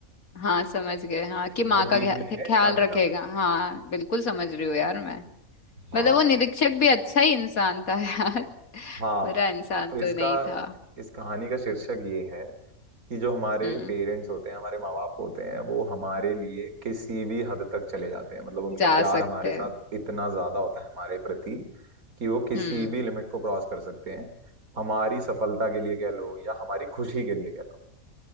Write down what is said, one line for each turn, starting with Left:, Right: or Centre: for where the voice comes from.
Left: हाँ समझ गए हाँ कि माँ
Right: बहुत
Left: का
Right: डीप
Left: ख्या-
Right: मीनिंग है इस
Left: ख्याल
Right: कहानी
Left: रखेगा
Right: का
Left: हाँ बिल्कुल समझ रही हूँ यार मैं
Right: हाँ
Left: मतलब वो निरीक्षक भी अच्छा ही इंसान था यार <laughs>
Right: हाँ
Left: बुरा इंसान
Right: तो
Left: तो
Right: इसका
Left: नहीं था
Right: इस कहानी का शीर्षक ये है कि जो हमारे
Left: हम्म
Right: पेरेंट्स होते हैं हमारे माँ बाप होते हैं वो हमारे लिए किसी भी हद तक चले जाते हैं मतलब उनका
Left: जा
Right: प्यार
Left: सकते
Right: हमारे साथ
Left: हैं
Right: इतना ज्यादा होता है हमारे प्रति कि वो किसी
Left: हम्म
Right: भी लिमिट को क्रॉस कर सकते हैं हमारी सफलता के लिए कह लो या हमारी खुशी के लिए कह लो